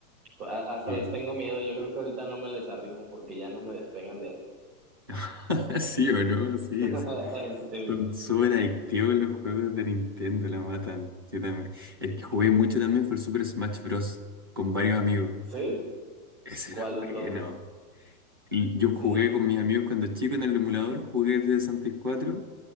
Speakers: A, on the right; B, on the right.
A: A- Hasta
B: Eh,
A: les tengo miedo, yo creo que ahorita no me les arrimo porque ya no me despegan de ahí.
B: <laughs> ¿Sí o no? Sí,
A: <laughs>
B: sí.
A: Sí.
B: Son súper adictivos los juegos de Nintendo, la matan. Yo también. El que jugué mucho también fue el Super Smash Bros. con varios amigos.
A: ¿Sí?
B: Ese
A: ¿Cuál
B: era bueno.
A: de todos?
B: Y Yo jugué
A: Sí, no.
B: con mis amigos cuando chico en el emulador, jugué el de sesenta y cuatro